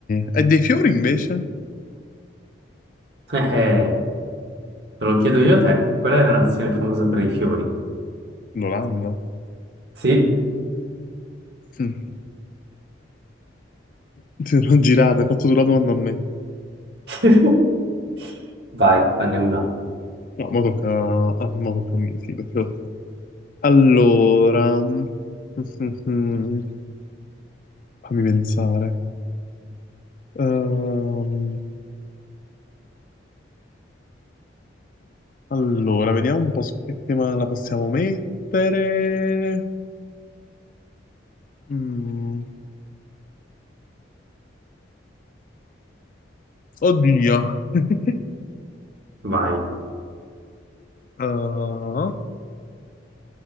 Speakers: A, on the left; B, on the right.
A: E dei fiori invece?
B: Eh, te lo chiedo io a te, qual è la nazione famosa per i fiori?
A: L'Olanda.
B: Sì?
A: Mm. <laughs> Ti sono girate, hai fatto tu la domanda a me.
B: <laughs> Vai, fanne una.
A: No, ma tocca... ah, mo tocca a me, sì, perché- Allora... mm, mm, Fammi pensare. Ehm, allora, vediamo un po' su che tema la possiamo mettere. Mm, Oddio. <laughs>
B: Vai,
A: Ah,